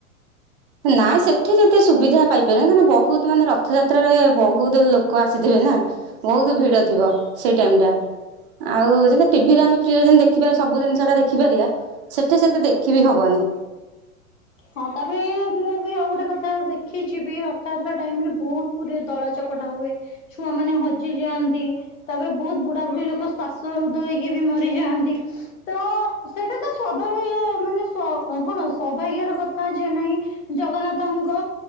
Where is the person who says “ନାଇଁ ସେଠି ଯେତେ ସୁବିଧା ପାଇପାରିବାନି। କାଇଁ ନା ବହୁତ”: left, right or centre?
Right